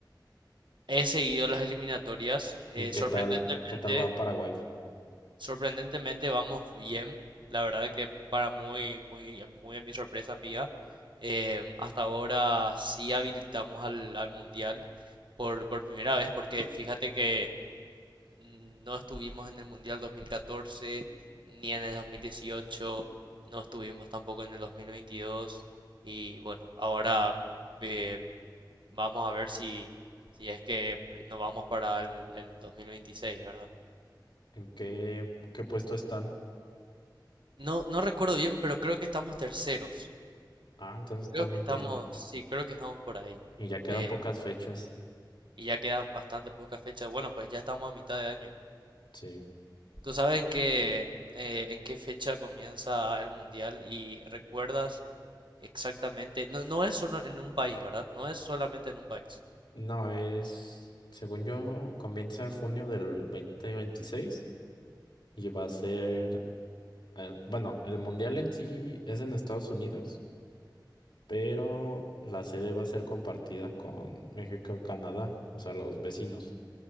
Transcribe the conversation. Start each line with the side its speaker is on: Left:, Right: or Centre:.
Right: He seguido las eliminatorias, eh,
Left: ¿Y
Right: sorprendentemente,
Left: qué tal, qué tal va Paraguay?
Right: sorprendentemente vamos bien. La verdad que para muy, muy, muy a mi sorpresa mía, eh, hasta ahora sí habilitamos al, al mundial por, por primera vez, porque fíjate que No estuvimos en el Mundial 2014 ni en el 2018, no estuvimos tampoco en el 2022 y bueno, ahora eh, vamos a ver si, si es que nos vamos para el, el 2026, ¿verdad?
Left: ¿En qué, qué puesto están?
Right: No, no recuerdo bien, pero creo que estamos terceros.
Left: Ah, entonces están
Right: Creo que
Left: muy
Right: estamos,
Left: bien.
Right: sí, creo que estamos por ahí.
Left: Y ya quedan
Right: Eh,
Left: pocas fechas.
Right: y ya queda bastante poca fecha. Bueno, pues ya estamos a mitad de año.
Left: Sí.
Right: ¿Tú sabes en qué, eh, en qué fecha comienza el mundial y recuerdas Exactamente. No, no es solo en un país, ¿verdad? No es solamente en un país.
Left: No, es, según yo, comienza en junio del 2026 y va a ser, eh, bueno, el mundial en sí es en Estados Unidos, pero la sede va a ser compartida con México y Canadá, o sea, los vecinos.